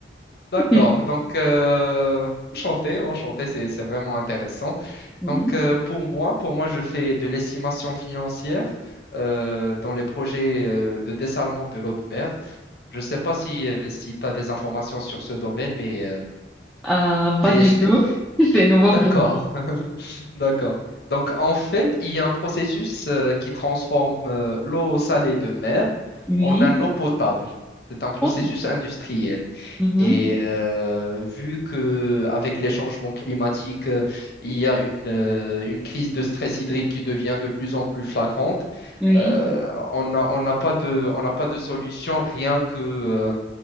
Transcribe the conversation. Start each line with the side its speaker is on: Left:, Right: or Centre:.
Left: D'accord,
Centre: que je-
Left: donc euh, enchanté, enchanté, c'est, c'est vraiment intéressant.
Centre: Mhm.
Left: Donc euh, pour moi, pour moi, je fais de l'estimation financière euh, dans les projets euh, de dessalement de l'eau de mer. Je ne sais pas si, tu as des informations sur ce domaine, mais... euh,
Centre: Ah, pas
Left: c'est
Centre: du tout. <laughs> C'est nouveau
Left: D'accord,
Centre: pour moi.
Left: <laughs> d'accord. Donc en fait, il y a un processus euh, qui transforme euh, l'eau salée de mer
Centre: Oui.
Left: en un eau potable. C'est un processus
Centre: Oh.
Left: industriel.
Centre: Mhm.
Left: Et euh, vu que avec les changements climatiques, euh, il y a une, euh, une crise de stress hydrique qui devient de plus en plus flagrante,
Centre: Oui.
Left: euh, on n'a on n'a pas de, on n'a pas de solution rien que, euh,